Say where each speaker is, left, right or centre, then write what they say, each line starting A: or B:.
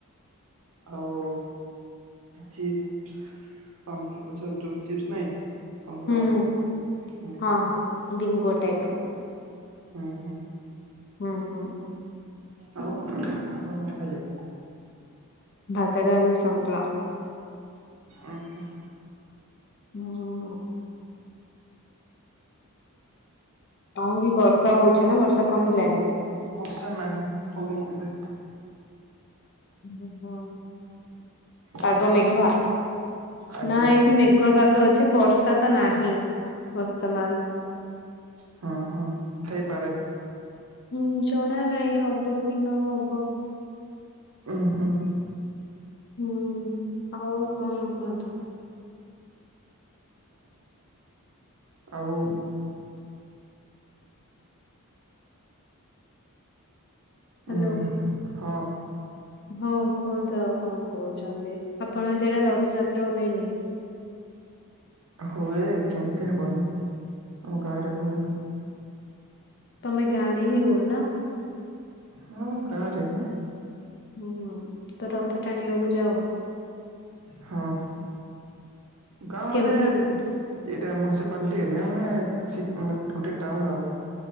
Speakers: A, on the right; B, on the left.
A: ଆଉ ଚିପ୍ସ ପାମ୍ପୁ ଗଛରେ ଯୋଉ ଚିପ୍ସ ନାଇଁ? ପାମ୍ପଡ଼
B: ହୁଁ,
A: ବାଲା
B: ହୁଁ,
A: ହୁଁ
B: ହଁ, ହଁ ଭିଙ୍ଗୋ ଟାଇପ୍ ର।
A: ହୁଁ, ହୁଁ।
B: ହୁଁ, ହୁଁ।
A: ଆଉ ଆପଣ କଣ ଖାଇଲେ?
B: ଭାତ, ଡାଲି, ସନ୍ତୁଳା।
A: ଓ ହୋ।
B: ହଁ। ଆଉରି ବର୍ଷା ହଉଛି ନା ବର୍ଷା କମିଲାଣି?
A: ବର୍ଷା ନାହିଁ ହଉନି ଏବେ।
B: ମେଘ,
A: ସେଠି
B: ପାଗ
A: ହଉଛି?
B: ମେଘୁଆ
A: ଆଜ୍ଞା
B: ନା ଏଇଠି ମେ ଘୁଆ ପାଗ ଅଛି ବର୍ଷା ତ ନାହିଁ ବର୍ତ୍ତମାନ।
A: ହଁ, ହଁ ହେଇପାରେ।
B: ହୁଁ, ଜଣା ନାହିଁ ହବ କି ନ ହବ।
A: ଓହୋ।
B: ହୁଁ, ଆଉ କଣ କୁହନ୍ତ?
A: ଆଉ
B: ହ୍ୟାଲୋ।
A: ଉଁ ହଁ।
B: ହଁ କୁହନ୍ତୁ ଆଉ କଣ କହୁଛନ୍ତି? ଆପଣ ସିଆଡେ ରଥଯାତ୍ରା ହୁଏନି?
A: ହୁଏ କେମିତି ହବନି ଆମ ଗାଁ ରେ ହୁଏ।
B: ତୋମେ ଗାଁରେ ହିଁ ରୁହ ନା?
A: ହଁ ଗାଁ ରେ ହିଁ।
B: ହୁଁ, ତ ରଥ ଟାଣିବାକୁ ଯାଅ?
A: ହଁ ଗାଁ ମାନେ
B: କେମିତି
A: ଏଇଟା
B: ଟାଣ
A: ମୁନିସିପାଲିଟି ଏରିଆ ମାନେ ସେ ମାନ ଗୋଟେ ଟାଉନ୍ ଆଉ।